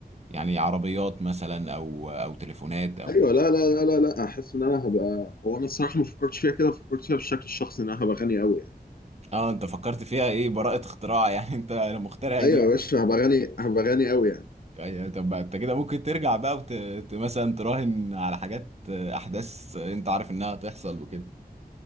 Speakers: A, on the right (about 40°); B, on the left (about 65°).
A: يعني عربيات مثلا او او تليفونات او
B: ايوه
A: كده
B: لا لا لا لا لا احس ان انا هبقى هو انا الصراحه ما فكرتش فيها كده فكرت فيها بالشكل الشخصي ان انا هبقى غني قوي يعني
A: اه انت فكرت فيها ايه براءة اختراع يعني <laughs> انت المخترع
B: ايوه
A: دي
B: يا باشا هبقى غني هبقى غني قوي يعني
A: أي- طب ما انت كده ممكن ترجع بقى وت... ت- مثلا تراهن على حاجات آه، احداث انت عارف انها هتحصل وكده